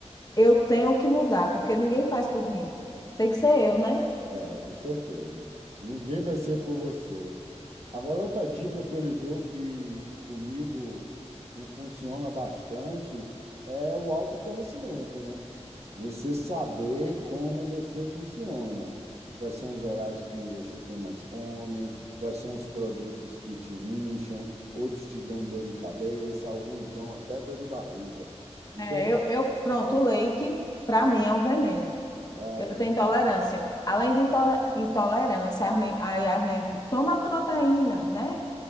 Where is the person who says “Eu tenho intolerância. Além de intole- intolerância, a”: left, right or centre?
Left